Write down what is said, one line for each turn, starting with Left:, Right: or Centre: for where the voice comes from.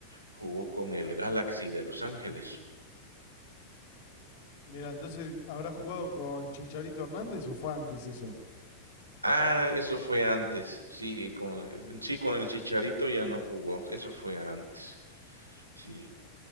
Right: Jugó con el Galaxy de Los Ángeles.
Left: Mira, entonces, ¿habrá jugado con Chicharito Hernández o fue antes eso?
Right: Ah, eso fue antes. Sí, con, sí, con el Chicharito ya no jugó. Eso fue antes. Sí.